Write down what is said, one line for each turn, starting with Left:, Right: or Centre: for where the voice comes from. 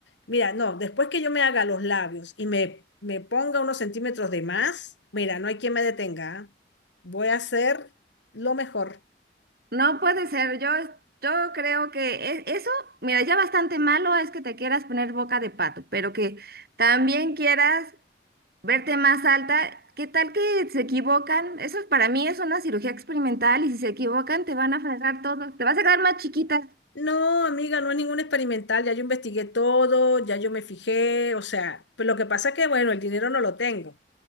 Left: Mira, no, después que yo me haga los labios y me, me ponga unos centímetros de más, mira, no hay quien me detenga. ¿ah? Voy a hacer lo mejor.
Right: No puede ser. Yo, yo creo que e- eso, mira, ya bastante malo es que te quieras poner boca de pato, pero que también quieras Verte más alta, ¿qué tal que se equivocan? Eso para mí es una cirugía experimental y si se equivocan te van a fracasar todo, te vas a quedar más chiquita.
Left: No, amiga, no es ningún experimental. Ya yo investigué todo, ya yo me fijé. O sea, pues lo que pasa es que, bueno, el dinero no lo tengo,